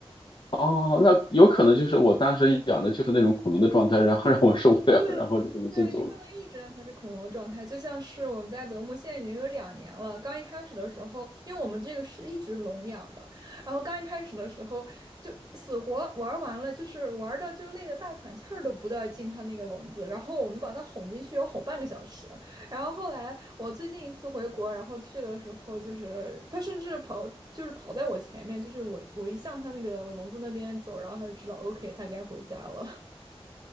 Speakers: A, on the left; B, on the right.
A: 哦，那有可能就是我当时养的就是那种恐龙的状态，然后让我受不了，
B: 对，
A: 然后就把它送走了。
B: 对你不能一直让它是恐龙状态，就像是我们家德牧现在已经有两年了。刚一开始的时候，因为我们这个是一直笼养的，然后刚一开始的时候就死活玩儿完了，就是玩的就累得大喘气儿都不带进它那个笼子，然后我们把它哄进去要哄半个小时。然后后来我最近一次回国，然后去的时候就是它甚至跑就是跑在我前面，就是我我一向它那个笼子那边走，然后它就知道 OK 它该回家了。